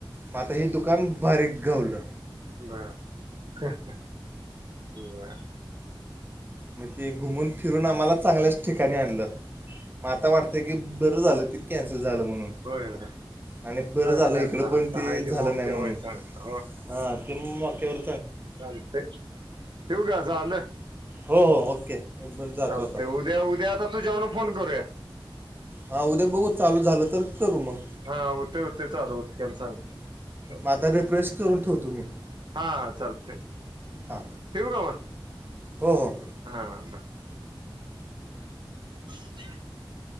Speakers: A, on the right; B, on the right.
A: मता हे दुकान बारीक घावलं.
B: बर! <unintelligible>
A: मग ते घुमून फिरून आम्हाला चांगल्याच ठिकाणी आणलं, मग आता वाटत बरं झालं ते कॅन्सल झालं म्हणून.
B: होय होय
A: आणि बरं
B: चांगलं
A: झालं
B: आहे
A: इकड
B: आता
A: पण
B: आता
A: ते
B: हाय
A: झालं,
B: मोक्याव
A: नाही म्हणून
B: आहे चांगलं
A: हा ते माक्यावर
B: चाल ते ठेऊ का झालं.
A: हो हो ओके! मी पण जातो
B: चालत
A: आता
B: उद्या ह- उद्या आता तूझेवण फोन करूया.
A: हा उद्या बघू चालू झालं तर, करू मग
B: हा होते होते चालू होते केल सां लत
A: मग आता रिफ्रेश करून ठेवतो मी
B: हा हा चालते,
A: हां
B: ठेवू का मग.
A: हो ह
B: हा बर <unintelligible>